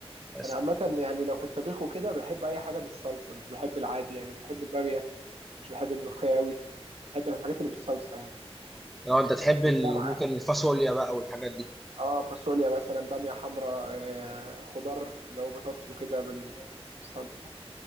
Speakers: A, in the centre; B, on the right (about 70°).
A: بس
B: انا عامه يعني لو في الطبيخ وكده بحب اي حاجه بالصلصه مش بحب العادي يعني مش بحب الباميه مش بحب الملوخيه قوي بحب الحاجات اللي بالصلصه يعني
A: لو انت تحب
B: بالدمعه
A: ال- ممكن الفاصوليا بقى والحاجات دي
B: اه فاصوليا مثلا باميه حمراء آه خضار اللي هو بطاطس وكده بال- بالصلصه